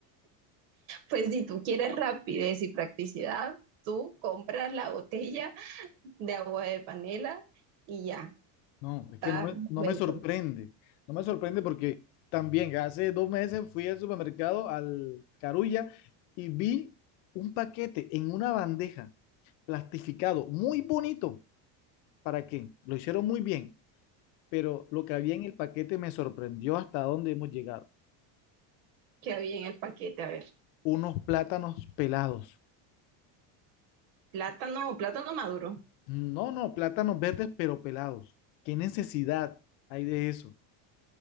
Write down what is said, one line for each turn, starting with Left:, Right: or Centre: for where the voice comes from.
Right: Pues si tú quieres rapidez y practicidad, tú compras la botella de agua de panela y ya,
Left: No, es
Right: está
Left: que no me, no
Right: resuelto.
Left: me sorprende. No me sorprende porque también hace dos meses fui al supermercado, al Carulla, y vi un paquete en una bandeja, plastificado, muy bonito. ¿Para qué? Lo hicieron muy bien, pero lo que había en el paquete me sorprendió hasta dónde hemos llegado.
Right: ¿Qué había en el paquete? A ver,
Left: Unos plátanos pelados.
Right: plátano, plátano maduro,
Left: No, no, plátanos verdes, pero pelados. ¿Qué necesidad hay de eso?